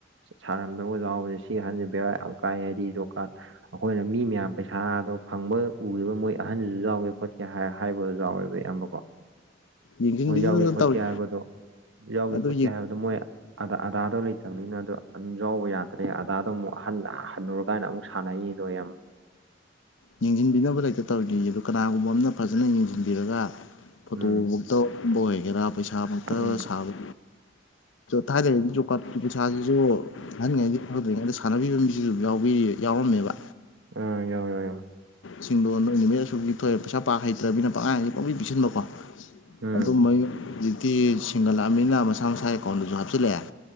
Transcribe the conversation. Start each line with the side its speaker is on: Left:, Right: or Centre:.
Right: ꯁꯥꯔꯝꯗꯕ ꯌꯥꯎꯕꯁꯦ ꯁꯤ ꯍꯟꯁꯦ ꯕꯦꯔꯥ ꯌꯥꯝ ꯀꯥꯏ ꯍꯥꯏꯗꯤ ꯖꫭꯀꯥꯠ ꯑꯩꯈꯣꯏꯅ ꯃꯤ ꯃꯌꯥꯝ ꯄꯩꯁꯥꯗꯣ ꯐꯪꯕ ꯎꯈꯤꯕ ꯃꯣꯏ ꯑꯍꯟꯗꯨꯁꯨ ꯌꯥꯎꯋꯦ ꯍꯣꯠꯀꯦ ꯍꯥꯏ ꯍꯥꯏꯕꯗꯣ ꯌꯥꯎꯋꯦꯕ ꯏꯌꯥꯝꯕꯀꯣ
Left: ꯌꯦꯡꯁꯤꯟꯕꯤꯗꯅ
Right: ꯃꯣꯏ ꯌꯥꯎꯒꯦ ꯈꯣꯠꯀꯦ
Left: ꯇꯧꯔꯤ
Right: ꯍꯥꯏꯕꯗꯣ ꯌꯥꯎꯒꯦ
Left: ꯑꯗꯨ
Right: ꯈꯣꯠꯀꯦ ꯍꯥꯏꯕꯗꯣ ꯃꯣꯏ ꯑꯗꯥ ꯑꯙꯥꯔꯗꫭ ꯂꯩꯇꯕꯅꯤꯅ ꯑꯗꯣ ꯑꯗꯨꯝ ꯌꯥꯎꯕ ꯌꯥꯗ꯭ꯔꯦ ꯑꯙꯥꯔꯗꫭ ꯑꯃꯨꯛ ꯍꯟ ꯍꯥꯅꯨꯔ ꯀꯥꯏꯅ ꯑꯃꯨꯛ ꯁꯥꯟꯅꯩꯌꯦꯅꯣ ꯌꯥꯝ
Left: ꯌꯦꯡꯁꯤꯟꯕꯤꯅꯕ ꯂꯩꯇ ꯇꯧꯔꯤꯅꯤ ꯑꯗꯣ ꯀꯅꯥꯒꯨꯝꯕ ꯑꯃꯅ ꯐꯖꯅ ꯌꯦꯡꯁꯤꯟꯕꯤꯔꯒ ꯐꯣꯇꯣꯃꯛꯇ
Right: ꯎꯝ
Left: ꯑꯣꯏꯒꯦꯔꯥ ꯄꯩꯁꯥꯃꯛꯇ
Right: ꯎꯝ
Left: ꯁꯥꯕ ꯊꯥꯏꯅꯩꯗꯤꯁꯨ ꯖꫭꯀꯥꯠ ꯄꯩꯁꯥꯁꯤꯁꯨ ꯑꯍꯟꯉꯩꯗꯤ ꯐꯪꯗꯣꯏꯔꯤꯉꯩꯗꯥ ꯁꯥꯟꯅꯕꯤꯕ ꯃꯤꯁꯤꯁꯨ ꯑꯗꯨꯝ ꯌꯥꯎꯕꯤꯔꯤ ꯌꯥꯎꯔꯝꯃꯦꯕ
Right: ꯑꯥ ꯌꯥꯎ ꯌꯥꯎꯑꯦ
Left: ꯁꯤꯡꯗꫭ ꯅꯣꯏ ꯅꯨꯃꯤꯠ ꯑꯁꯨ ꯊꯣꯏꯑꯦ ꯄꯩꯁꯥꯥ ꯄꯕꯥ ꯍꯩ꯭ꯇꯔꯕꯅꯤꯅ ꯄꯥꯡꯍꯥꯏ ꯍꯥꯏ ꯄꯥꯡꯄꯤ ꯄꯤꯁꯤꯟꯕꯀꯣ
Right: ꯎꯝ
Left: ꯑꯗꯨ ꯃꯣꯏ ꯍꯧꯖꯤꯛꯇꯤ ꯁꯦꯡꯒꯠꯂꯛꯑꯅꯤꯅ ꯃꯁꯥ ꯃꯁꯥ ꯑꯦꯀꯥꯎꯟꯗꯁꯨ ꯍꯥꯞꯆꯤꯜꯂꯛꯑꯦ